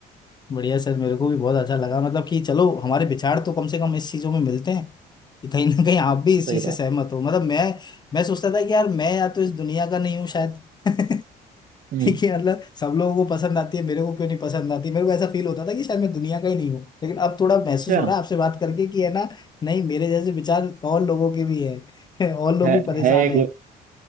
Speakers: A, on the left; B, on the right.
A: बढ़िया सर मेरे को भी बहुत अच्छा लगा मतलब कि चलो हमारे विचार तो कम से कम इस चीजों में मिलते हैं कि कहीं ना कहीं आप भी इस
B: सही
A: चीज
B: बात
A: से सहमत हो मतलब मैं मैं सोचता था कि यार मैं या तो इस दुनिया का नहीं हूँ शायद <laughs>
B: हम्म
A: कि मतलब सब लोगों को पसंद आती है मेरे को क्यों नहीं पसंद आती मेरे को ऐसा फील होता था कि शायद मैं दुनिया का ही नहीं हूँ लेकिन अब थोड़ा महसूस
B: अच्छा
A: हो रहा है आपसे बात करके कि है ना नहीं मेरे जैसे विचार और लोगों के भी है <laughs> और
B: <laughs>
A: लोग
B: है
A: भी परेशान
B: है एक-
A: है